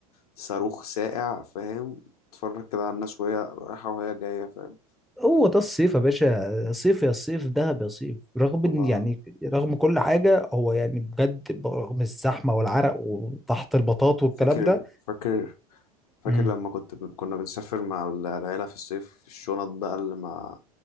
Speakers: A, on the left (about 85°); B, in the centre.
A: صاروخ ساقع فاهم تتفرج كده على الناس وهي رايحة وهي جاية فاهم
B: هو ده الصيف يا باشا صيف يا صيف دهب يا صيف رغم
A: الله
B: ان يعني رغم كل حاجه هو يعني بجد رغم الزحمه والعرق وتحت البطاط والكلام
A: فاكر
B: ده
A: فاكر فاكر
B: امم
A: لما كنت كنا بنسافر مع ال- العيلة في الصيف الشنط بقى اللي ما